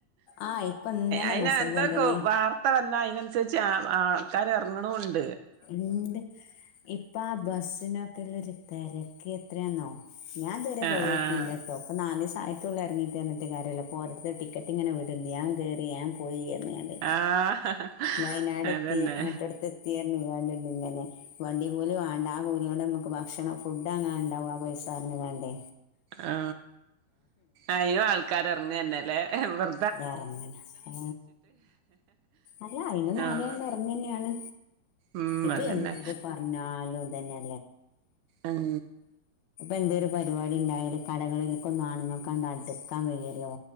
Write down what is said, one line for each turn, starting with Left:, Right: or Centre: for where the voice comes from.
Left: ആ ഇപ്പൊ ഇന്നലെ
Right: അയിന്
Left: മെസ്സേജ്
Right: എന്തൊക്കെ
Left: കണ്ടണ്
Right: വാർത്ത തന്ന അതിനനുസരിച്ച് ആൾക്കാാര് ഇറങ്ങണണ്ട്
Left: എന്ത് ഇപ്പ ബസ്സിനൊക്കെ എല്ല തിരക്ക എത്രയാന്നോ ഞാൻതുവരെ
Right: ആഹ്
Left: പോയക്കില്ലട്ടോ
Right: ആഹ്
Left: പ്പൊനാലുസ് സായത്തുള്ളള്ള ഇറങ്ങിയി് തഞ്ഞിട്ട് കാര്യമല്ല അപ്പോ ഒരടുത്ത് ടിക്കറ്റ് ഇങ്ങനെ വിടണ്ട് ഞൻ കയറി ാ പോയി വയനാട്
Right: ആഹ്
Left: വയനാടെത്തി
Right: അതന്നെ
Left: മറ്റെട്ത്തെത്തി എ ന്നിവേണ്ട ഇങ്ങനെ, വണ്ടി കൂലി വേണ്ട ആ കൂലി കൊണ്ട് നമുക്ക് ഭക്ഷണം ഫുഡ് അങ്ങനെ ഉണ്ടാവും ആ പൈസ വണ്ടേ
Right: ആ അയും ആൾക്കാാര് ഇറങ്ങ തന്നെല്ലേ വെറ
Left: ഞ ഇറങ്ങന ഏ അല്ല അയിന്നൊന്നല്ണ്ട്
Right: ആഹ്
Left: ഇറങ്ങി തന്നെയാണ്
Right: ഉം
Left: ഇപ്പെന്ത്
Right: അതന്നെ
Left: പറഞ്ഞാലുതന്നെ.
Right: ഉം
Left: എന്ത പപാണ്ട കട ക്കൊ ന്നാണുങ്ങൾക്കണ്ടടുക്കാൻ വയ്യല്ലോ